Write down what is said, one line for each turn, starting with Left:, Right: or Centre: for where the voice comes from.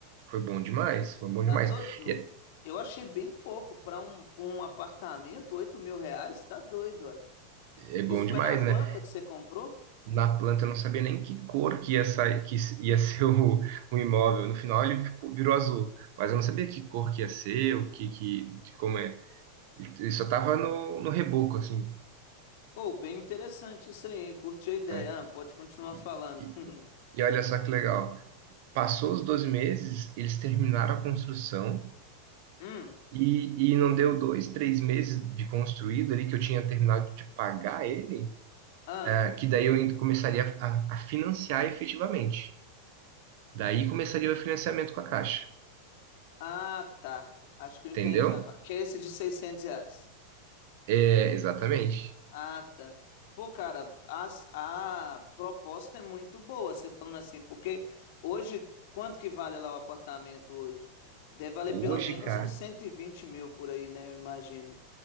Right: Foi bom demais, foi bom
Left: Tá
Right: demais.
Left: doido?
Right: E é
Left: Eu achei bem pouco para um, um apartamento, 8 mil reais, tá doido, velho.
Right: é bom
Left: Isso
Right: demais,
Left: foi na planta
Right: né?
Left: que você comprou?
Right: na planta, eu não sabia nem que cor que ia sair, que ia <laughs> ser o, o imóvel. No final ele ficou- virou azul, mas eu não sabia que cor que ia ser, o que, que de como é. Ele só tava no, no reboco, assim,
Left: Pô, bem interessante isso aí, hein? Curti a ideia,
Right: né?
Left: ah, pode continuar
Right: E,
Left: falando.
Right: e-
Left: <laughs>
Right: e olha só que legal. Passou os 12 meses, eles terminaram a construção
Left: Hum,
Right: e, e não deu dois, três meses de construído ali que eu tinha terminado de pagar ele,
Left: ah,
Right: eh, que daí eu ainda começaria a- a financiar efetivamente. Daí começaria o financiamento com a Caixa,
Left: ah, tá. Acho que eu entendi
Right: entendeu?
Left: agora. Que é esse de 600 reais?
Right: É, exatamente.
Left: Ah, tá. Pô, cara, as, a proposta é muito boa, você falando assim, porque hoje, quanto que vale lá o apartamento hoje? Deve valer
Right: Hoje,
Left: pelo menos
Right: cara,
Left: uns 120 mil por aí, né? Eu imagino.